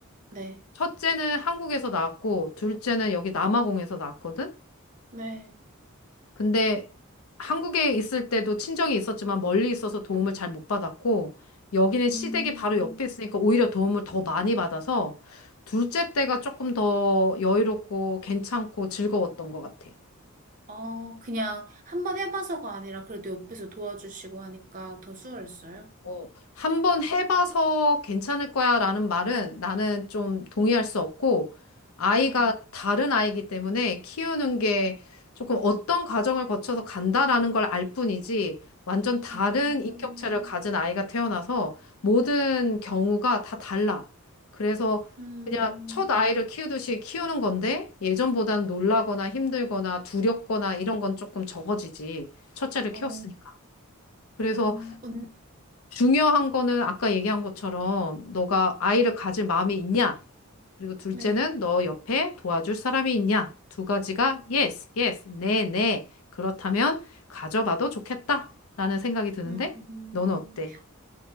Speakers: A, on the right; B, on the left.
A: 네,
B: 첫째는 한국에서 낳았고, 둘째는 여기 남아공에서 낳았거든?
A: 네.
B: 근데 한국에 있을 때도 친정이 있었지만 멀리 있어서 도움을 잘 못 받았고, 여기는 시댁이
A: 음,
B: 바로 옆에 있으니까 오히려 도움을 더 많이 받아서, 둘째 때가 조금 더 여유롭고 괜찮고 즐거웠던 것 같아.
A: 어, 그냥 한번 해봐서가 아니라 그래도 옆에서 도와주시고 하니까 더 수월했어요.
B: 어, 한번 해봐서 괜찮을 거야 라는 말은 나는 좀 동의할 수 없고, 아이가
A: 네.
B: 다른 아이기 때문에 키우는 게 조금 어떤 과정을 거쳐서 간다라는 걸 알 뿐이지, 완전 다른
A: 음,
B: 인격체를 가진 아이가 태어나서 모든 경우가 다 달라. 그래서
A: 음,
B: 그냥 첫 아이를 키우듯이 키우는 건데, 예전보다는 놀라거나 힘들거나 두렵거나 이런 건 조금 적어지지. 첫째를
A: 어,
B: 키웠으니까. 그래서
A: 어, 은,
B: 중요한 거는 아까 얘기한 것처럼 너가 아이를 가질 마음이 있냐? 그리고 둘째는
A: 네.
B: 너 옆에 도와줄 사람이 있냐? 두 가지가 yes, yes, 네, 네. 그렇다면 가져봐도 좋겠다라는 생각이 드는데
A: 음,
B: 너는 어때?